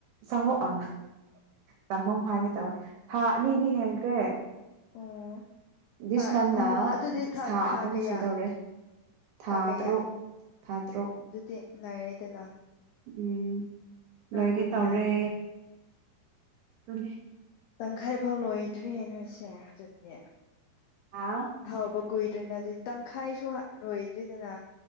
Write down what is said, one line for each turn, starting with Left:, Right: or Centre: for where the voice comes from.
Right: ꯆꯍꯨꯝ ꯑ ꯆꯍꯨꯝ ꯍꯥꯏꯒꯦ ꯇꯧꯋꯦ ꯊꯥ ꯑꯅꯤꯗꯤ ꯍꯦꯟꯈ꯭ꯔꯦ
Left: ꯑꯣꯥ
Right: ꯗꯤꯁ ꯃꯟꯅ
Left: ꯑꯣ ꯑꯗꯨꯗꯤ ꯊꯥ
Right: ꯑꯍꯨꯝ
Left: ꯀꯌꯥ
Right: ꯁꯨꯗꯧꯔꯦ ꯊꯥ
Left: ꯆ ꯀꯌꯥ
Right: ꯇꯔꯨꯛ ꯊꯥ ꯇꯔꯨꯛ
Left: ꯑꯗꯨꯇ ꯅꯥꯥꯏꯦꯗꯅ
Right: ꯎꯝ ꯂꯣꯏꯒꯦ
Left: ꯀꯨꯏꯌꯦꯅꯦ
Right: ꯇꯧꯔꯦ ꯑꯗꯨ
Left: ꯇꯪꯈꯥꯏ ꯐꯥꯎ ꯂꯣꯏꯗ꯭ꯔꯤꯌꯦ ꯅꯣꯏꯁꯦ ꯑꯗꯨꯗꯤ
Right: ꯑꯥ <unintelligible> <inaudible>
Left: ꯍꯍꯥꯎꯕ ꯀꯨꯏꯗꯣꯏꯅꯦ ꯑꯗꯨꯗꯤ ꯇꯪꯈꯥꯏꯁꯨ ꯂꯣꯏꯗ꯭ꯔꯤꯗꯅ